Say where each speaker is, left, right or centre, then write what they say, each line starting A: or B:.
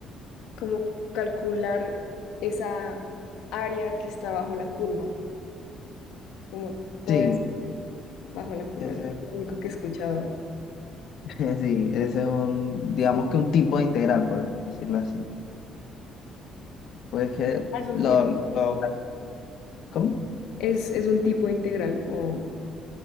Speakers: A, on the left; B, on the left.
A: como calcular esa área que está bajo la curva, como todo
B: Sí,
A: es bajo la curva,
B: ese
A: es
B: es.
A: lo único que he escuchado.
B: <laughs> Sí, ese es un, digamos
A: Sí,
B: que un tipo de integral, por decirlo así. Pues que
A: Ah, es un
B: lo,
A: tip.
B: lo- ¿cómo?
A: Es, es un tipo integral o